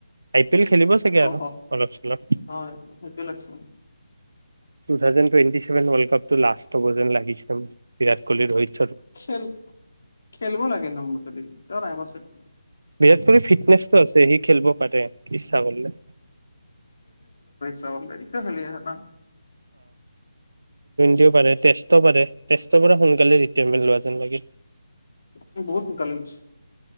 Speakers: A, on the right; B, on the left.
A: এই সি খেলিব চাগে আৰু,
B: কথা।
A: অলপ চলপ।
B: অ সেইটোৱে লাগছে
A: two thousand twenty seven world cup টো লাষ্ট হব যেন লাগিছে মোৰ। বিৰাট কোহলি, ৰুহিত
B: খেল খেলব লাগে ন, মোৰ মতে দি। এতিয়াও টাইম আছে টো।
A: বিৰাট কোহলিৰ ফিটনেছটো আছে সি খেলিব পাৰে, ইচ্ছা কৰিলে।
B: বাওনন্দাৰী তো খেলি আছে ন।
A: দেউ পাৰে, টেষ্ট ও পাৰে, টেষ্টৰ পৰা সোনকালে ৰিটাৰমেন লোৱা যেন লাগ।
B: মোৰ বহুত টোকা লাগিছে।